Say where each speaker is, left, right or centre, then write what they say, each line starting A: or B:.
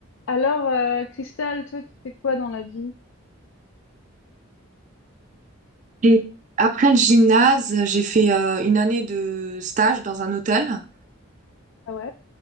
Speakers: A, on the left; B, on the right.
A: Alors, euh, Christelle, toi, tu fais quoi dans la vie?
B: Et après le gymnase, j'ai fait euh, une année de stage dans un hôtel.
A: Ah ouais,